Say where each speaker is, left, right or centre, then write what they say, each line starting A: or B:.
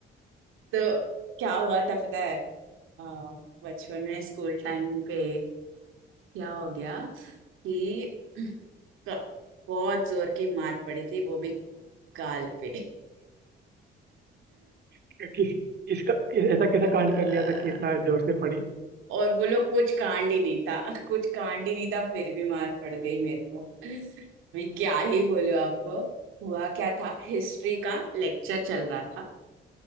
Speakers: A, on the right (about 90°); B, on the right (about 55°).
A: तो क्या हुआ था पता है अ, बचपन में स्कूल टाइम पे क्या हो गया कि <clears throat> क- बहुत जोर की मार पड़ी थी वो भी गाल पे
B: कि, किस इसका कि, ऐसा कैसा कांड
A: <laughs>
B: कर लिया था कि इतना जोर से पड़ी
A: और बोलो कुछ कांड ही नहीं था कुछ कांड ही नहीं था फिर भी मार पड़ गई मेरे को मैं क्या ही बोलूं आपको हुआ क्या था हिस्ट्री का लेक्चर चल रहा था